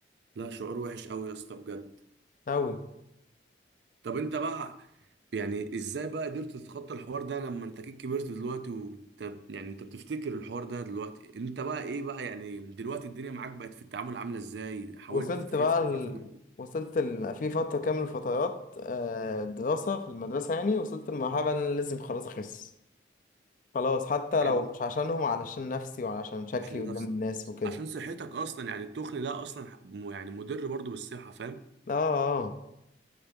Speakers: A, on the right (about 70°); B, on the left (about 45°).
A: لا شعور وحش قوي يا اسطى بجد
B: أوي
A: طب انت بقى يعني ازاي بقى قدرت تتخطى الحوار ده لما انت كده كبرت دلوقتي وانت يعني انت بتفتكر الحوار ده دلوقتي انت بقى ايه بقى يعني دلوقتي الدنيا معاك بقت في التعامل عاملة ازاي حاولت
B: وصلت
A: تخس
B: بقى ال...
A: مثلا
B: وصلت ال... في فتره كامل من الفترات آه، دراسه في المدرسه يعني وصلت لمرحله ان انا لازم خلاص اخس خلاص حتى لو
A: حلو
B: مش عشانهم علشان نفسي وعلشان شكلي
A: عشان
B: قدام
A: نفسك
B: الناس وكده
A: عشان صحتك اصلا يعني التخن ده اصلا م- يعني مضر برضو بالصحة فاهم
B: اه اه